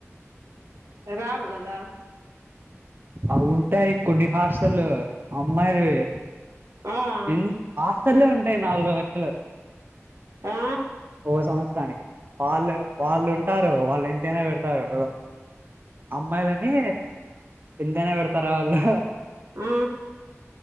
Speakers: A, on the right (about 85°); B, on the right (about 45°).
A: రావు కదా
B: అవుంటాయి కొన్ని హాస్టలు అమ్మాయిలవి
A: ఆ ఆ
B: ఎ హాస్టల్లే ఉంటాయి నాలుగు లక్షలు
A: ఆ
B: ఒక సంవత్సరానికి వాళ్ళు వాళ్ళు ఉంటారు వాళ్ళు ఎంతైనా పెడుతారు అమ్మాయిలని ఎంతైనా పెడుతారు వాళ్ళు
A: ఆ